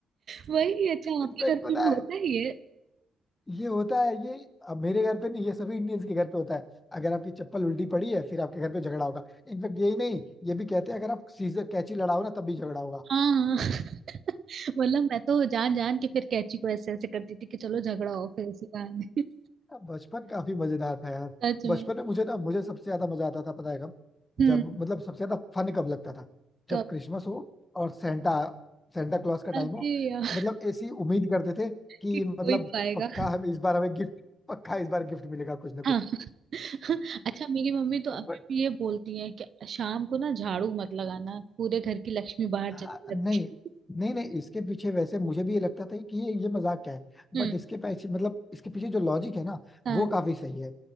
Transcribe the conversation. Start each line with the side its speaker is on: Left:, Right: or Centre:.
Right: वही अच्छा आपके
Left: इनफेक्ट
Right: घर पे
Left: पता
Right: भी होता
Left: है
Right: ही है
Left: ये होता है ये अब मेरे घर पे नहीं ये सभी इंडियंस के घर पे होता है अगर आपकी चप्पल उल्टी पड़ी है फिर आपके घर पे झगड़ा होगा इनफेक्ट यही नहीं ये भी कहते हैं अगर आप सीजर कैची लड़ाओ ना तब भी झगड़ा होगा
Right: हाँ <laughs> मतलब मैं तो जान जान के फिर कैची को ऐसे ऐसे करती थी कि चलो झगड़ा हो फिर इसी बहाने <laughs>
Left: हाँ, बचपन काफी मजेदार था यार
Right: सच
Left: बचपन
Right: में
Left: में मुझे ना मुझे सबसे ज्यादा मजा आता था पता है कब
Right: हम्म
Left: जब मतलब सबसे ज्यादा फन कब लगता था जब
Right: कब
Left: क्रिसमस हो और सेंटा सेंटा क्लॉज का टाइम
Right: अरे
Left: हो
Right: यार
Left: मतलब ऐसी उम्मीद करते थे कि
Right: कि कोई
Left: मतलब
Right: तो आएगा
Left: पक्का हम इस बार हमें गिफ्ट पक्का इस बार गिफ्ट मिलेगा कुछ ना कुछ
Right: हाँ <laughs> अच्छा मेरी मम्मी तो अभी
Left: बट
Right: भी ये बोलती है कि शाम को ना झाड़ू मत लगाना पूरे घर की लक्ष्मी बाहर चली
Left: हाँ
Right: जाती
Left: नहीं
Right: है
Left: नहीं नहीं इसके पीछे वैसे मुझे भी ये लगता था कि ये ये मजाक क्या है
Right: <laughs>
Left: बट
Right: हम्म
Left: इसके पीछे मतलब इसके पीछे जो लॉजिक है ना
Right: हाँ
Left: वो काफी सही है